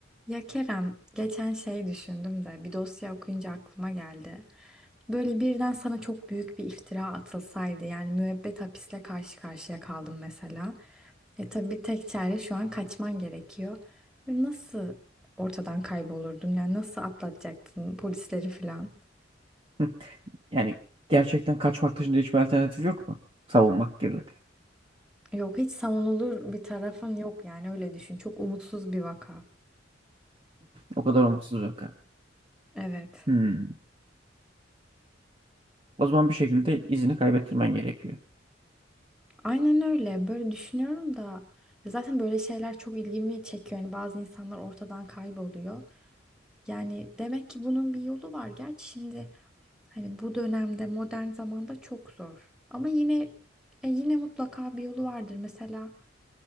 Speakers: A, in the centre; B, on the right (about 30°).
A: Ya Kerem, geçen şey düşündüm de bir dosya okuyunca aklıma geldi. Böyle birden sana çok büyük bir iftira atılsaydı yani müebbet hapisle karşı karşıya kaldım mesela. E tabii tek çare şu an kaçman gerekiyor. Ve nasıl ortadan kaybolurdun yani nasıl atlatacaktın polisleri falan?
B: <laughs> Hı. Yani gerçekten kaçmak dışında hiçbir alternatif yok mu? Savunmak gibi.
A: Yok hiç savunulur bir tarafın yok yani öyle düşün. Çok umutsuz bir vaka.
B: O kadar umutsuz bir kan.
A: Evet.
B: Hmm. O zaman bir şekilde izini kaybettirmen gerekiyor.
A: Aynen öyle. Böyle düşünüyorum da ya zaten böyle şeyler çok ilgimi çekiyor. Yani bazı insanlar ortadan kayboluyor. Yani demek ki bunun bir yolu var. Gerçi şimdi hani bu dönemde modern zamanda çok zor. Ama yine e, yine mutlaka bir yolu vardır. Mesela